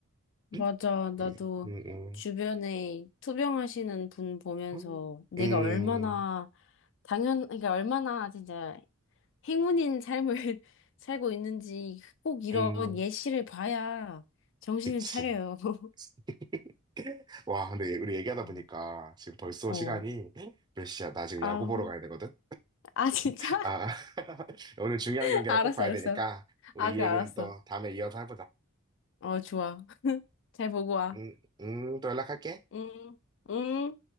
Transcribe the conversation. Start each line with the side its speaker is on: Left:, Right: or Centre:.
Left: 맞아.
Right: <laughs>
Left: 나도
Right: 음, 음,
Left: 주변에 투병하시는 분 보면서
Right: 음,
Left: 내가
Right: 음,
Left: 얼마나 당연, 그러니까 얼마나 진짜 행운인 삶을 <laughs> 살고 있는지 꼭 이런
Right: 음.
Left: 예시를
Right: <laughs>
Left: 봐야 정신을
Right: 그치.
Left: 차려요. <laughs>
Right: <laughs> 와, 근데 우리 얘기하다
Left: 음.
Right: 보니까 지금 벌써
Left: 어.
Right: 시간이 몇 시야? 나 지금
Left: 아,
Right: 야구 보러 가야 되거든?
Left: 아, 진짜?
Right: 아, <laughs> 오늘 중요한
Left: <laughs>
Right: 경기라
Left: 알았어,
Right: 꼭 봐야
Left: 알았어.
Right: 되니까 우리
Left: 아, 그
Right: 이 얘기는
Left: 알았어.
Right: 또 다음에 이어서 해보자.
Left: 어, 좋아. 잘 보고 와.
Right: 음, 음, 또 연락할게.
Left: 응, 응.